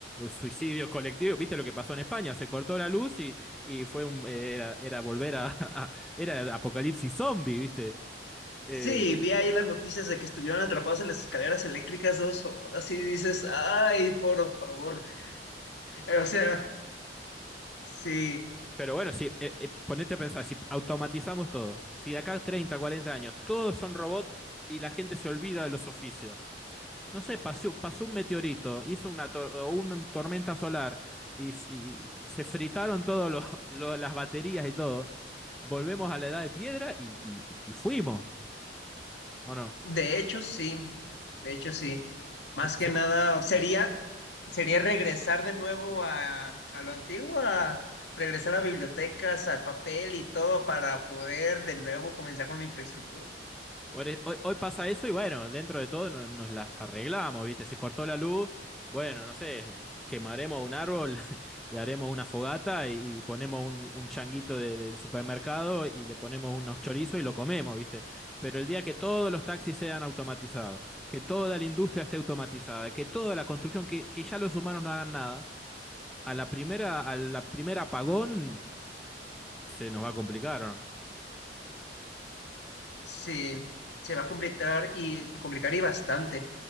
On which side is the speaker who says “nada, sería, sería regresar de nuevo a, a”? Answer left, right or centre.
Left